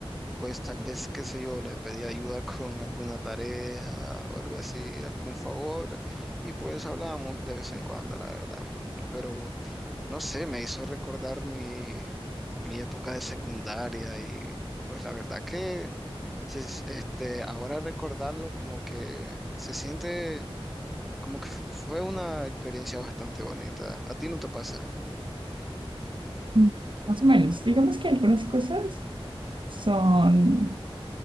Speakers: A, in the centre; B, on the right (about 55°).
A: Pues tal vez, qué sé yo, le pedí ayuda con alguna tarea o algo así, algún favor, y pues hablábamos de vez en cuando, la verdad. Pero no sé, me hizo recordar mi, mi época de secundaria y pues la verdad que sí, es- este, ahora recordarlo como que se siente como que f- fue una experiencia bastante bonita. ¿A ti no te pasa?
B: Mm, Más o menos. Digamos que algunas cosas son,